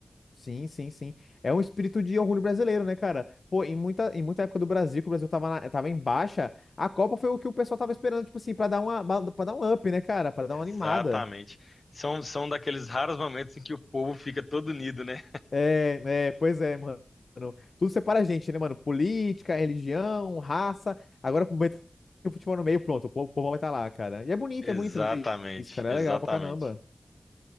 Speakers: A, on the left (about 80°); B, on the left (about 60°).
A: Sim, sim, sim. É um espírito de orgulho brasileiro, né, cara? Pô, em muita, em muita época do Brasil, que o Brasil tava, na- tava em baixa, a Copa foi o que o pessoal tava esperando, tipo assim, pra dar uma, pra dar um up, né, cara? Pra dar
B: Exatamente.
A: uma animada.
B: São, são daqueles raros momentos em que o povo fica todo unido, né?
A: É, é, pois é, mano. Tudo separa a gente, né, mano? Política, religião, raça. Agora meter o futebol no meio, pronto, o povo, o povo vai estar lá, cara. E é bonito,
B: Exatamente,
A: é bonito ver isso, cara.
B: exatamente,
A: É legal pra caramba.